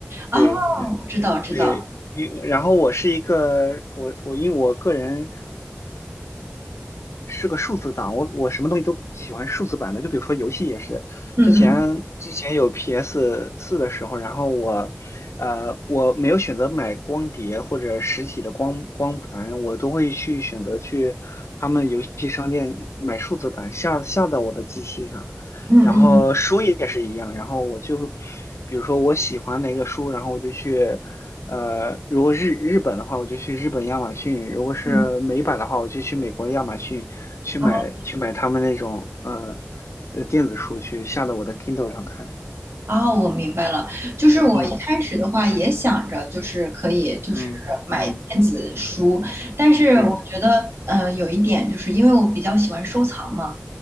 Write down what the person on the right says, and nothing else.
哦，
我知道知道，
嗯嗯
嗯嗯
嗯，
哦
哦，我明白了。就是我一开始的话也想着，
就是可以就是买电子书，
但是我觉得呃有一点就是因为我比较喜欢收藏嘛，